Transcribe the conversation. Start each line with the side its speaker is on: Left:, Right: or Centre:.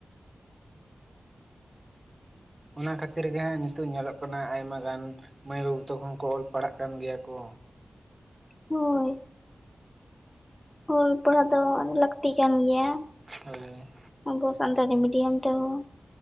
Right: ᱚᱱᱟ ᱠᱷᱟᱹᱛᱤᱨ ᱜᱮ ᱦᱟᱸᱜ ᱱᱤᱛᱳᱜ ᱧᱮᱞᱚᱜ ᱠᱟᱱᱟ ᱟᱭᱢᱟ ᱜᱟᱱ ᱢᱟᱹᱭ ᱵᱟᱹᱵᱩ ᱛᱟᱠᱩ ᱦᱚᱸ ᱠᱚ ᱚᱞ ᱯᱟᱲᱦᱟᱜ ᱠᱟᱱ ᱜᱮᱭᱟ ᱠᱚ᱾
Left: ᱦᱳᱭ᱾ ᱦᱳᱭ ᱯᱟᱲᱦᱟᱜ ᱫᱚ ᱞᱟᱹᱠᱛᱤ ᱠᱟᱱ ᱜᱮᱭᱟᱼᱼ
Right: ᱦᱳᱭ ᱦᱳᱭ᱾
Left: ᱟᱵᱚ ᱥᱟᱱᱛᱟᱲᱤ ᱢᱤᱰᱤᱭᱟᱢ ᱛᱮᱦᱚᱸ᱾